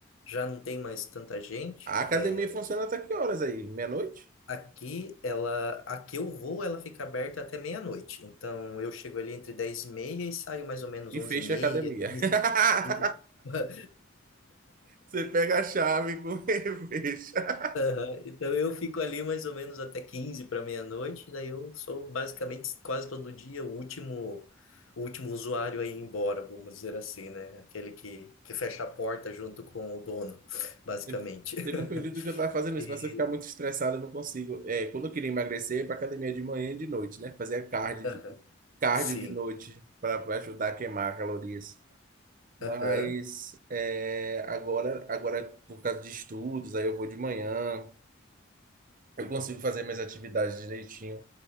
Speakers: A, on the left; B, on the right.
A: já não tem mais tanta gente.
B: A academia
A: É,
B: funciona até que horas aí? Meia-noite?
A: aqui, ela, a que eu vou, ela fica aberta até meia-noite. Então eu chego ali entre 10 e meia e saio mais ou menos
B: E
A: 11
B: fecha
A: e meia,
B: a academia.
A: 15,
B: <laughs>
A: 15. <laughs>
B: Você pega a chave com <laughs> e fecha.
A: Aham, Então eu fico ali mais ou menos até 15 para meia-noite, daí eu sou basicamente quase todo dia o último, o último usuário a ir embora, vamos dizer assim, né? Aquele que, que fecha a porta junto com o dono, basicamente.
B: Teve teve
A: <laughs>
B: um período que eu tava fazendo isso,
A: E,
B: mas se eu ficar muito estressado, eu não consigo. É, quando eu queria emagrecer, ia pra academia de manhã e de noite, né? fazer cardio
A: aham,
B: de, cardio
A: sim.
B: de noite para ajudar a queimar calorias. Mas
A: Aham.
B: é, agora, agora, por causa de estudos, aí eu vou de manhã. Eu consigo fazer minhas atividades direitinho.